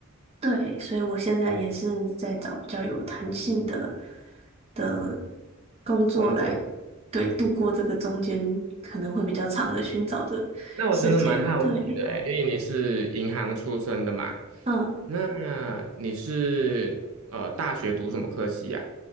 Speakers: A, on the right; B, on the right.
A: 对，所以我现在也是在找比较有弹性的的工作来，
B: 工作。
A: 对，度过这个中间可能会比较长的寻找的时间。
B: 那我真的蛮好奇的诶，
A: 对，
B: 因为你是银行出身的嘛，
A: 嗯，
B: 那你是呃大学读什么科系呀、